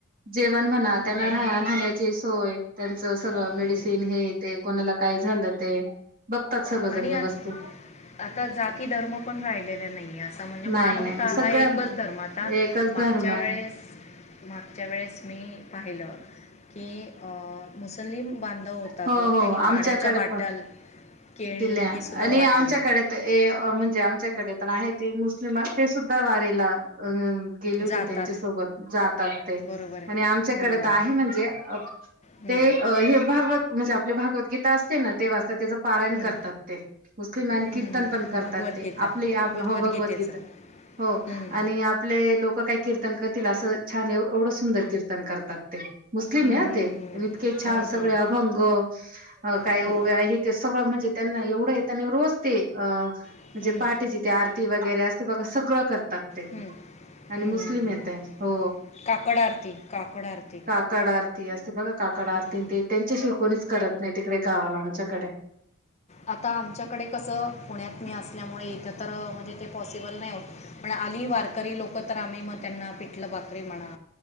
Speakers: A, on the right (about 45°); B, on the left (about 35°).
A: जेव पण म्हणा त्यांना
B: आणि
A: राह राहण्याची सोय, त्यांच सगळं
B: हं.
A: मेडिसिन, हे ते कोणाला काय झालं <inaudible> सर्वजण
B: आणि
A: व्यवस्थित
B: आत आता जाती धर्म पण राहिलेले नाही. असं म्हणजे मानवता
A: नाही नाही सगळ्या
B: हा एकच धर्म आता
A: एकच
B: मागच्या
A: धर्म आहे
B: वेळेस मागच्या वेळेस मी पाहिलं. ते अ कुस जलीम बांधव होत
A: हो
B: तो
A: हो
B: त्यांनी
A: आमच्याकडे
B: पाण्याच्या बाटल
A: पण
B: केळी
A: दिल्या
B: हे सुद्धा
A: आणि
B: वाटले
A: आमच्याकडे ऐ अ म्हणजे आमच्या आमच्या कडे तर आहे ते मुस्लिम ते सुद्धा वारेला अं गेलेो होते
B: जातात
A: त्यांच्या सोबत जातात ते
B: बरोबर आहे
A: आणि आमच्याकडे
B: हं,
A: तर आहे म्हणजे अ
B: हं,
A: ते अ हे. भत म्हणजे आपली भागवगीता असते ना ते वात त्याच. पारायण
B: हं,
A: करतात ते मुस्लिम
B: हं,
A: कीर्तन
B: हं.
A: पण करतात
B: भगवद्गीता
A: ते आपली आप
B: भगवद्गीतेचं
A: हो भगवद्गीता हो
B: हं,
A: आणि आपले लोक काही कीर्तन करतील असं. छान ए वो एवढं सुंदर कीर्तन करतात. मुस्लिम
B: हं,
A: हे
B: हं,
A: ते
B: हं.
A: इतके छान
B: हं,
A: सग
B: हं,
A: अभंग अ काय
B: हं,
A: ते सगळं म्हणजे. त्यांना एवढं त्यांना रोजते अ.
B: हं,
A: म्हणजे पहाटची ते आरती वगैरे असते बघा सगळं करतात ते
B: हं, हं,
A: आणि
B: हं,
A: मुस्लिम
B: हं.
A: हेते हो
B: काकड आरती काकड आरती
A: काकड आरती असते बघा काकड आरती.
B: हं.
A: त्या शिवाय कोणीच करत नाही तिकडे गावाला आमच्याकडे.
B: आता आमच्याकडे कसं पुण्यात मी अस. ल्यामुळे इकत तर म्हणजे ते पॉसिबल नाही होत. पण आली वारकरी लोकं तर आम्ही मग त्यांना पिठलं बाकरी म्हणा.